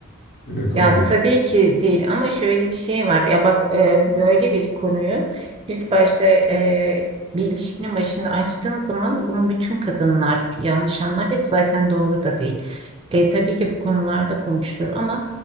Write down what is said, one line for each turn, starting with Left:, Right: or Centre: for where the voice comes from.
Left: E, kabul
Right: Ya
Left: et.
Right: tabii ki değil ama şöyle bir şey var. Ya bak e, böyle bir konuyu ilk başta e, bir ilişkinin başında açtığın zaman bunu bütün kadınlar yanlış anlar ve zaten doğru da değil. E, tabii ki bu konularda konuşulur ama